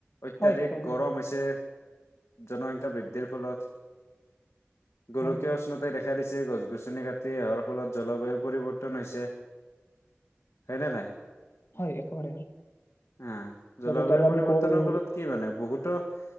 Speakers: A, on the left; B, on the left.
A: অত্যাধিক
B: হয় একেবাৰে
A: গৰম হৈছে জনসংখ্যা বৃদ্ধিৰ ফলত গোলকীয়
B: হয়
A: উষ্ণতাই দেখা দেখা দিছে গছ গছনি কাটি অহাৰ ফলত জলবায়ু পৰিৱৰ্তন হৈছে হয়নে নাই
B: হয় একেবাৰে হয়
A: অহ জলবায়ু
B: লগতে আৰু
A: পৰিৱৰ্তনৰ
B: আমি ক'ব পাৰো
A: ফলত কি মানে বহুত ত